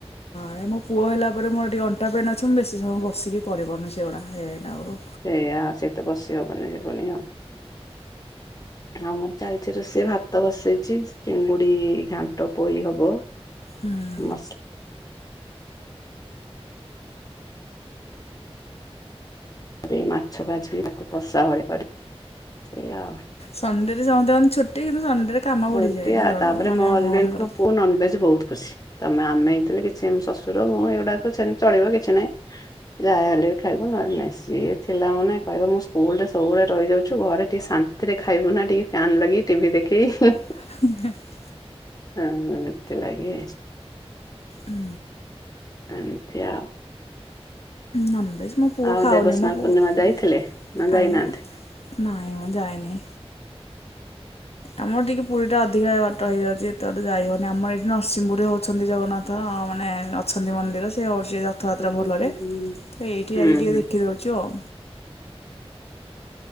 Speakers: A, on the left; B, on the left.
A: ଆ ମୋ ପୁଅ ହେଲା ପରେ ମୋର ଟିକି ଅଣ୍ଟା ପେନ୍ ଅଛି ମୁଁ ବେଶୀ ସମୟ ବିକି କରିପାରୁନି ସେଗୁଡ଼ା ସେଇଟା ଆଗରୁ।
B: ସେଇୟା ସେତ ବସି ହବନି ଯିବନି ଆଉ। ଆମର ଚାଲିଚି ରଷେଇ ଭାତ ବସେଇଛି ଚିଙ୍ଗୁଡି ଘାଣ୍ଟ ପୋଇ ହବ।
A: ହୁଁ।
B: ମସ୍। ଆଉରି ମାଛ ଭାଜିବି ତାକୁ କଷା ଭଳି କରି। ସେଇଆ ଆଉ।
A: ସଣ୍ଡେ ରେ ସମସ୍ତେ କଣ ଛୁଟି କିନ୍ତୁ ସଣ୍ଡେ ରେ କାମ।
B: ସେମିତି
A: ବଢ଼ିଯାଏ
B: ଆଉ
A: ଘର
B: ତାପରେ
A: ଲୋକ ମାନେ
B: ମୋ
A: ଆମ
B: ହଜବେଣ୍ଡ
A: ମାନଙ୍କର।
B: କ ପୁଅ ନନଭେଜ ବହୁତ ଖୁସି। ତମେ ଆମେ ହେଇଥିଲେ କିଛି ଶ୍ୱଶୁର ମୁଁ ଏଇଗୁଡାକ ସେମିତି ଚଳିବ କିଛି ନାଇଁ ଯାହା ହଲେ ଖାଇବ ନହେଲେ ନାଇଁ ସିଏ ଥିଲା ମାନେ କହିବ ମୁଁ ସ୍କୁଲ ରେ ସବୁବେଳେ ରହିଯାଉଚୁ ଘରେ ଟିକେ ଶା ନ୍ତି ରେ ଖାଇବୁ ନା ଟିକେ ଫ୍ୟାନ୍ ଲଗେଇକି ଟିଭି ଦେଖିକି।
A: <inaudible>
B: ହଁ ସେଥି ଲାଗି
A: ହଁ।
B: ଏମ୍ ତି ଆଉ।
A: ନନ୍ ଭେଜ ମୋ ପୁଅ
B: ଆଉ
A: ଖାଉନି
B: ଦେବସ୍ନାନ
A: ମୋ ପୁଅ
B: ପୂର୍ଣ୍ଣିମା ଯାଇଥିଲେ ନା ଯାଇନାହାନ୍ତି?
A: ଆଜ୍ଞା। ନାଇଁ ମୁଁ ଯାଇନି। ଆମର ଟିକେ ପୁଲ ଟା ଅଧିକା ବାଟ ହେଇଯାଉଛି ଏତେ ବାଟେ ଯାଇ ହଉନି ଆମର ଏଠି ନରସିଂହପୁରରେ ହଉଛନ୍ତି ଜଗନ୍ନାଥ। ତ ମାନେ ଅଛନ୍ତି ମନ୍ଦିର ସେ ହଉଛି ର ରଥଯାତ୍ରା
B: ହୁଁ
A: ଭଲରେ
B: ହୁଁ
A: ତ ଏଇଠି
B: ହୁଁ
A: ଯାଇକି ଟିକେ
B: ହୁଁ।
A: ଦେଖିଦେଉଛୁ ଆଉ।